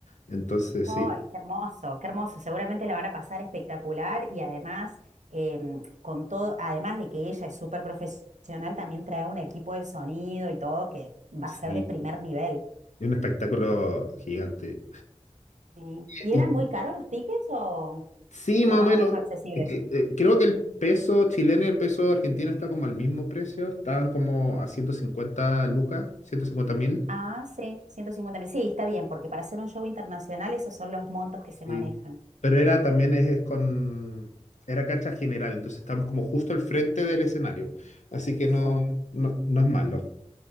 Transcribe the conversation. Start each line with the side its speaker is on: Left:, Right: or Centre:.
Left: Entonces,
Right: ¡Ay,
Left: sí.
Right: qué hermoso, qué hermoso! Seguramente la van a pasar espectacular y además, em, con todo, además de que ella es súper profesional, también trae un equipo de sonido y todo que va
Left: Sí,
Right: a ser de primer nivel.
Left: es un espectáculo gigante.
Right: Sí. ¿Y
Left: ¿Y
Right: eran muy caros los tickets o,
Left: Sí, más
Right: o más
Left: o menos.
Right: o menos accesibles?
Left: Es que, eh, creo que el peso chileno y el peso argentino está como al mismo precio. Estaban como a 150 lucas, ciento cincuenta mil.
Right: Ah, sí, ciento cincuenta mil. Sí, está bien, porque para hacer un show internacional esos son los montos que se
Left: Sí.
Right: manejan.
Left: Pero era también es, es con... Era cancha general, entonces estamos como justo al frente del escenario. Así que no,
Right: Oh,
Left: no, no es malo.